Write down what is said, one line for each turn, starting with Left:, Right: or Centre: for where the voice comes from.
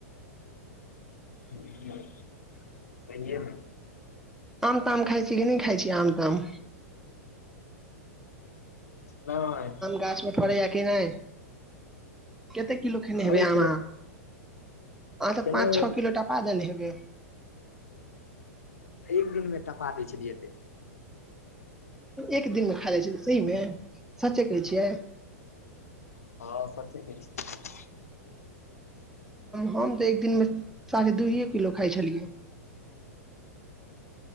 Left: हूं सहिये मे
Centre: आम ताम खाइ छै कि नहि खाइ छीय आम ताम
Left: नए
Centre: गाछ मे फड़ै य कि नहि कते किलो खेने
Left: करै
Centre: हेबै आम
Left: छलै
Centre: अहाँ अहाँ त
Left: खेलैमे
Centre: पाँच छओ किलो टापा देने हेबय।
Left: एक दिनमे टपा दै छलियैते।
Centre: एक दिन मे खा लइ छै सही मे सचे कहै छियै
Left: हाँ सचे कहइ छी
Centre: हम तऽ एक दिन मे साझे दूइए किलो खाइ छलियै